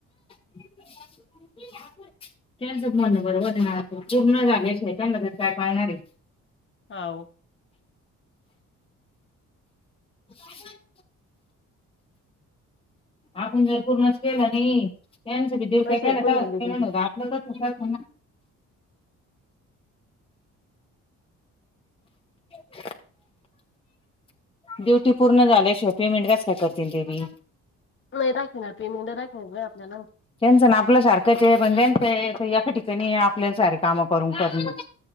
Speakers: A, on the left; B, on the left.
A: <unintelligible> त्यांच म्हणं बरोबर हाय पण, पूर्ण झाल्या शिवाय त्यांना तर काय पाळणार ये.
B: हाव.
A: <unintelligible> आपण जर पूर्णचं केलं नाही त्यांच दिवट्या
B: पैसे
A: गला
B: कोणी
A: का
B: बोलले तुमचे
A: म्हण, आपलं तरत ना. <inaudible> ड्युटी पूर्ण झाल्याशिवाय, पेमेंट कास काय करतील तेनी.
B: नाही राखणार पेमंट राखयचय आपल्या
A: चला आपला शार. बध्यांच एका ठिकाणी, आपल्याला सारे कामं करून करण